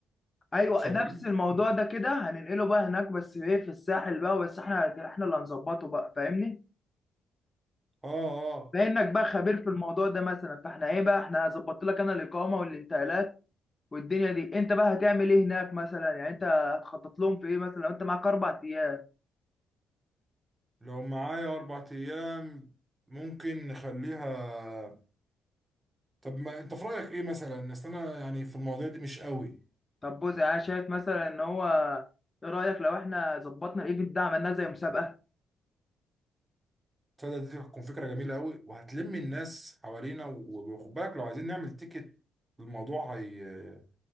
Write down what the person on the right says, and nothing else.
وشغالين
فيهم
اه اه
لو معايا اربع ايام ممكن نخليها طب ما انت في رايك ايه مثلا الناس انا يعني في المواضيع دي مش قوي
تصدق دي تكون فكرة جميلة قوي وهتلم الناس حوالينا و- وخد بالك لو عايزين نعمل تيكت الموضوع هي...